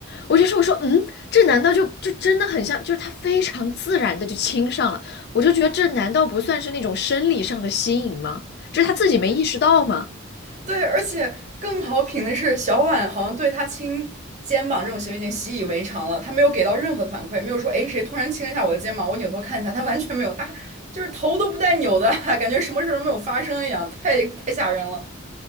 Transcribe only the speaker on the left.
我就说我说嗯，这难道就就真的很像？就是她非常自然的就亲上了，我就觉得这难道不算是那种生理上的吸引吗？就是她自己没意识到吗？